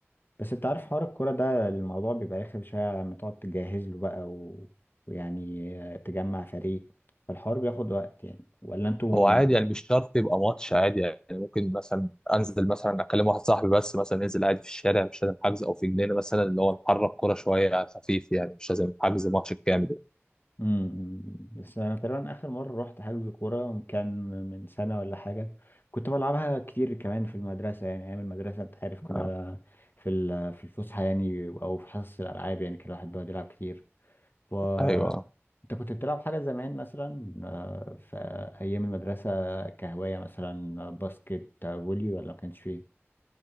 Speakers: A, on the left; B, on the left.
A: بس أنت عارف حوار الكورة ده الموضوع بيبقى رخم شوية لما تقعد تجهز له بقى و... ويعني آه، تجمع فريق فالحوار بياخد وقت يعني ولا أنتوا
B: هو عادي يعني مش شرط يبقى ماتش عادي يعني ممكن مثلا انزل مثلا اكلم واحد صاحبي بس مثلا ننزل عادي في الشارع مش لازم حجز او في جنينه مثلا اللي هو نحرك كوره شويه على خفيف يعني مش لازم حجز ماتش كامل
A: امم بس انا تقريبا اخر مره رحت حجز كوره كان من سنه ولا حاجه كنت بلعبها كتير كمان في المدرسه يعني ايام المدرسه انت عارف كنا
B: آه.
A: في ال- في الفسحه يعني او في حصص الالعاب يعني كان الواحد بيقعد يلعب كتير ف
B: ايوه
A: انت كنت بتلعب حاجه زمان مثلا آه، في ايام المدرسه كهوايه مثلا باسكت فولي ولا ما كانش فيه